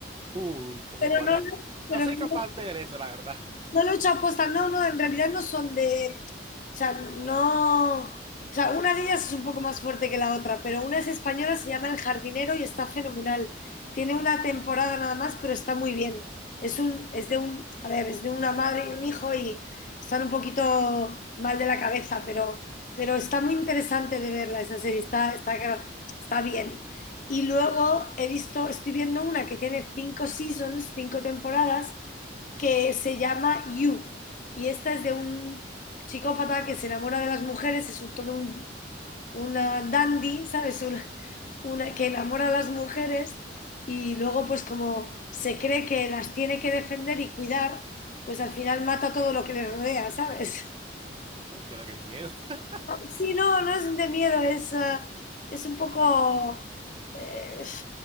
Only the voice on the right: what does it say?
Uy, como
cuáles?
No soy
capaz de ver eso, la verdad.
<laughs> Muy, pero qué miedo. <laughs>